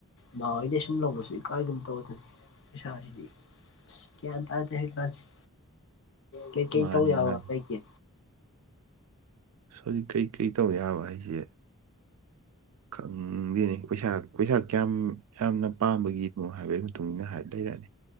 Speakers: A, on the left; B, on the right.
A: ꯏꯥꯟ ꯍꯩꯗ ꯑ ꯁꯨꯝ ꯂꯧꯕꯁꯨ ꯏꯀꯥꯏꯒꯨꯝꯅ ꯇꯧꯗꯅꯤ ꯄꯩꯁꯥꯁꯤꯗꯤ ꯑꯁ ꯒ꯭ꯌꯥꯟ ꯇꯥꯗꯦ ꯍꯧꯀꯥꯟꯁꯤꯦ ꯀꯩꯀꯩ
B: ꯃꯥꯅꯤ
A: ꯇꯧ ꯌꯥꯕ
B: ꯃꯥꯅꯤ
A: ꯂꯩꯩꯒꯦ
B: ꯣꯖꯤꯛ ꯀꯩꯀꯩ ꯇꯧ ꯌꯥꯕ ꯑꯩꯁꯦ ꯈꯪꯗꯣꯏꯅꯤ ꯄꯩꯁꯥ ꯄꯩꯁꯥ ꯀꯌꯥꯝ ꯌꯥꯝꯅ ꯄꯥꯝꯕꯒꯤꯅꯣ ꯍꯥꯏꯕꯒꯤ ꯃꯇꯨꯡ ꯏꯟꯅ ꯂꯩꯔꯛꯑꯅꯤ